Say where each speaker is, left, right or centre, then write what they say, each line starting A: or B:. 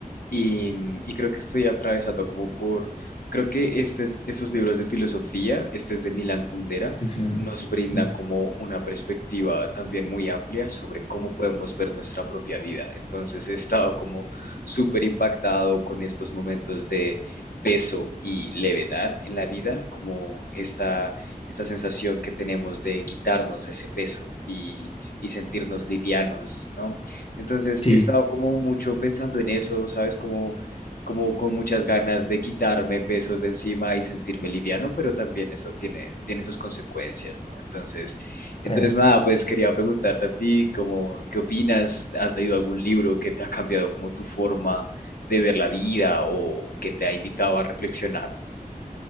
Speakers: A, on the left (about 85°); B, on the left (about 40°).
A: Y, y creo que estoy atravesado como por, creo que estos, esos libros de filosofía, este es de Milan Kundera,
B: sí, claro,
A: nos brindan
B: sí.
A: como una perspectiva también muy amplia sobre cómo podemos ver nuestra propia vida. Entonces he estado como súper impactado con estos momentos de peso y levedad en la vida, como esta, esta sensación que tenemos de quitarnos ese peso y, y sentirnos livianos, ¿no? Entonces
B: Sí.
A: he estado como mucho pensando en eso, ¿sabes? Como, como con muchas ganas de quitarme pesos de encima y sentirme liviano, pero también eso tiene, tiene sus consecuencias, ¿no? Entonces, entonces
B: Claro.
A: nada, pues quería preguntarte a ti, como, ¿qué opinas? ¿Has leído algún libro que te ha cambiado como tu forma de ver la vida o que te ha invitado a reflexionar?